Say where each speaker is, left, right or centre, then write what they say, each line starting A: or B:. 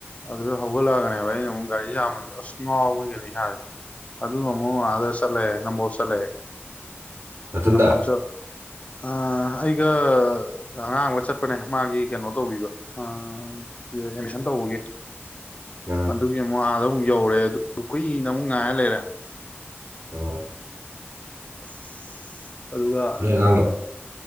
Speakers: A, on the left; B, on the right.
A: ꯑꯗꯨꯗ ꯍꯧꯒꯠꯂꯛꯑꯒꯅꯦꯕ ꯑꯩꯅ ꯑꯃꯨꯛ ꯒꯥꯔꯤ ꯆꯥꯃꯝꯗ ꯑꯁ ꯉꯥꯎꯕꯅꯤ ꯀꯩꯅꯣ ꯏꯁꯥꯁꯦ ꯑꯗꯨꯒ ꯑꯃꯨꯛ ꯑꯥꯗ ꯆꯠꯂꯦ ꯅꯝꯕꯣꯜ ꯆꯠꯂꯦ
B: ꯅꯊꯟꯗ
A: ꯅꯝꯕꯣꯜ ꯆꯠ ꯑ ꯑꯩꯒ ꯑꯉꯥꯡ ꯑꯃꯒ ꯆꯠꯄꯅꯦ ꯃꯥꯒꯤ ꯀꯩꯅꯣ ꯇꯧꯕꯤꯕ ꯑ ꯑꯦꯗꯃꯤꯁꯟ ꯇꯧꯕꯒꯤ
B: ꯑꯥ
A: ꯑꯗꯨꯒꯤ ꯑꯃꯨꯛ ꯑꯥꯗ ꯑꯃꯨꯛ ꯌꯧꯔꯨꯔꯦ ꯑꯗꯨꯒ ꯀꯨꯏꯅ ꯑꯃꯨꯛ ꯉꯥꯏꯔ ꯂꯩꯔꯦ
B: ꯑ
A: ꯑꯁ ꯑꯗꯨꯒ
B: ꯅꯣꯏ ꯑꯉꯥꯡꯂꯣ